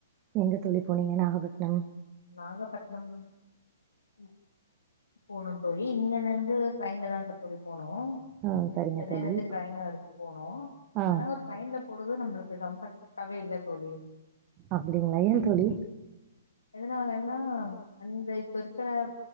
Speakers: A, on the right; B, on the left.
A: எங்க தோழி போனீங்க நாகப்பட்னம்
B: நாகப்பட்டினம் ம் போனோ தோழி இங்கெருந்து ட்ரையின்ல தா தோளி போனோ
A: ஆ சரிங்க
B: சென்னைலிருந்து
A: தோழி.
B: ட்ரைன்ல அடுத்து போனு
A: ஆ
B: ஆனா ஒரு ட்ரயின்ல பொழுது நம்மளுக்கு கம்ஃபர்ட்டாவே இல்ல தோளி
A: அப்படிங்களா ஏன் தோழி
B: எதனாலன்னா அந்த இப்ப இருக்கற